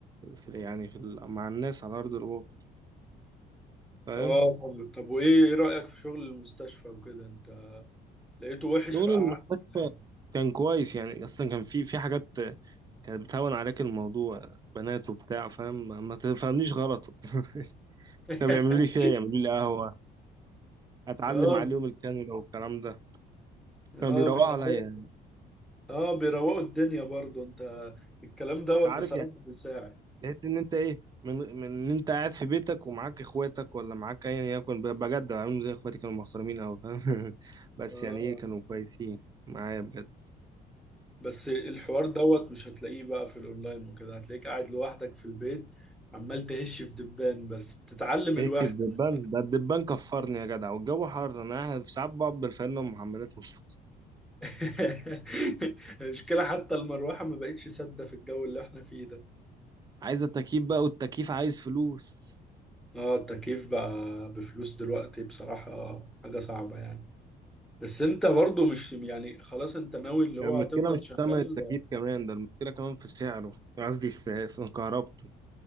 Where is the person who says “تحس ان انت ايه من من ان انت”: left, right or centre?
Right